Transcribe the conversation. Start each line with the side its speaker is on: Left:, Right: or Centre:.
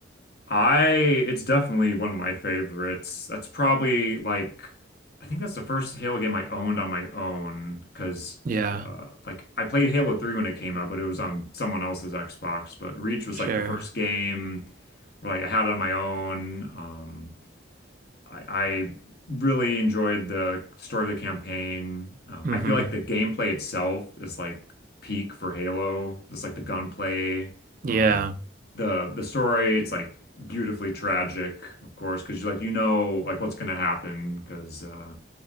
Left: I it's definitely one of my favorites. That's probably like I think that's the first Halo game I owned on my own because
Right: Yeah,
Left: uh like I played Halo 3 when it came out, but it was on someone else's Xbox. But Reach was
Right: sure.
Left: like the first game where like I had it on my own. Um I, I really enjoyed the story of the campaign. Um,
Right: Mm-hmm.
Left: I feel like the gameplay itself is like peak for Halo. Just like the gunplay,
Right: Yeah.
Left: um, the the story. It's like beautifully tragic, of course, because you like you know like what's gonna happen because uh,